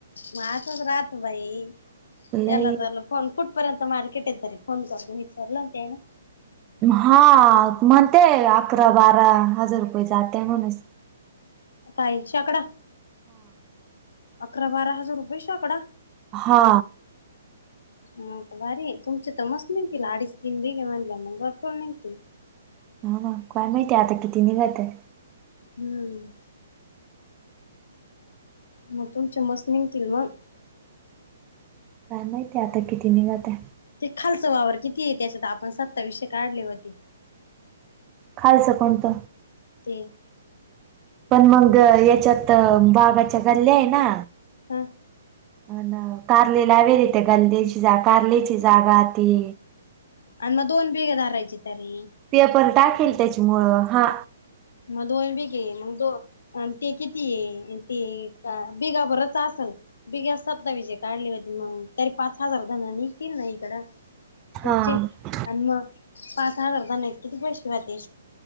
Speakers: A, on the left; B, on the right.
A: माह्यरांत राहतो बाई
B: लई
A: याला त्याला फोन कुठ. तो पर्यंत मार्केट आहे तरी फोन करुन विचारल होते ना.
B: हा म ते अकरा बारा हजार रुपये जातय म्हनुनच.
A: काही, शेकडा अकरा-बारा हजार रुपये शेकडा.
B: हा.
A: मग भारी तुमचे तर मस्त निघतील अडीच तीन बेगे म्हणल्या मग भरपूर निघतील.
B: हा ना काय माहितीय आता किती निघत आहे.
A: हम्म. मग तुमच्या मस निघतील मग.
B: काय माहिती आता किती निघत आहे.
A: ते खालच वावर किती आहे त्याच्यात आपण सत्ताविषे काढले होते.
B: खालच कोणत
A: ते
B: पण मग याच्यात बाघाच्या गल्ल्या आहे ना.
A: हम.
B: अ कारले लावेलीेत गंदेची जा कारलीची जागा ती.
A: आणि मग दोन बेघे धारायचे तरी.
B: पेपर टाकेल त्याच्यामुळं हा.
A: म दोन बी घे मग दोन. आणि ते किती ते बिघा बरच असेल. बिघ्या सत्तावीसे काढली होती मग तरी पाच हजार धन निघतील ना इकडं. तुमची.
B: हा आता
A: आणि मग पाच हजार तर नाही किती पैसे वाढते